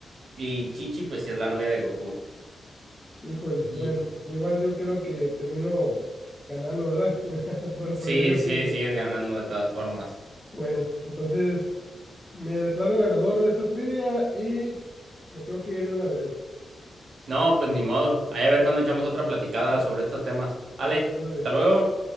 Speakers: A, on the right; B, in the centre.
A: Y Chichi, pues sí es la novia de Goku.
B: Híjole,
A: Y
B: bueno, igual yo creo que termino ganando, ¿verdad? <laughs> Por
A: sí,
B: promedio de
A: sí,
B: puntos.
A: sigues ganando de todas formas.
B: Bueno, entonces me declaro ganador de esta trivia y me tengo que ir de una vez.
A: No, pues ni modo. Ahí a ver cuando echamos otra platicada sobre estos temas. Ale,
B: Ándale.
A: hasta luego.